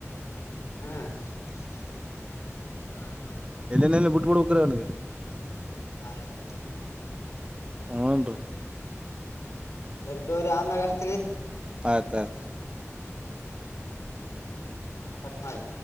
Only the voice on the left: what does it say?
ಹೂ
ಆಯ್ತು ಆಯ್ತುಂಗ್ರ
ಸರಿ ತಗೋರಿ ಆಮೇಲೆ ಅಚ್ಚಿನಿ
ಕಟ್ ಮಾಡು